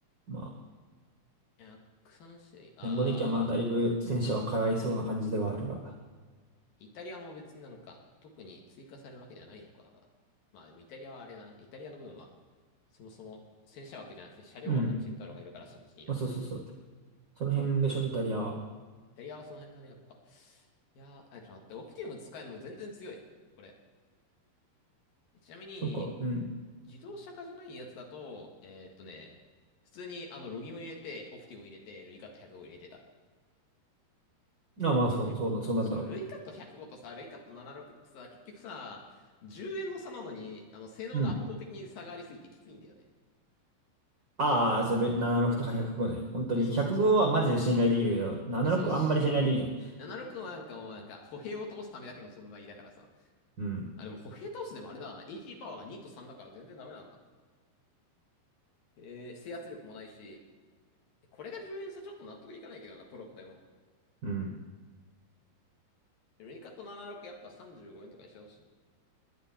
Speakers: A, on the right (about 75°); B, on the left (about 60°).
A: まあ、
B: 103C、あー、
A: 言語的にはまあ、だいぶ戦車はかわいそうな感じではあるが。
B: イタリアも別になんか、特に追加されるわけではないのか。まあでもイタリアはあれだな。イタリアの分は、そもそも戦車枠じゃなくて車両枠にチェンタロがいるからそっちでいいのか。
A: うん。まあ、そうそうそう。その辺でしょ、イタリアは。
B: イタリアはその辺だね、やっぱ。いやー、あ、ちょっと待って、オプティム使えるの全然強い。これ。ちなみに、
A: なんか、うん。
B: 自動車化じゃないやつだと、えーっとね、普通にあの、ロギム入れて、オプティム入れて、ルイカット105入れてた。
A: ああ、まあ、そう、
B: ルそう、
A: そうだ、そうなるだろうね。
B: ルイカット105とさ、ルイカット76ってさ、結局さ、10円の差なのに、あの、性能が圧倒的に差がありすぎてきついんだよね。
A: うん。ああ、それ、76とか105ね。本当に。
B: え、そうそうそう。
A: 105はマジで信頼できるけど、76はあんまり信頼できない。
B: え、そうし。76はなんかもうなんか、歩兵を倒すためだけの存在だからさ。
A: うん。
B: あ、でも歩兵倒すでもあれだな。a ーパワーが2と3だから全然ダメなんだ。えー、制圧力もないし、これが10円差ちょっと納得いかないけどな、プロとでも。
A: うん。
B: ルイカット76やっぱ35円とかにしてほしい。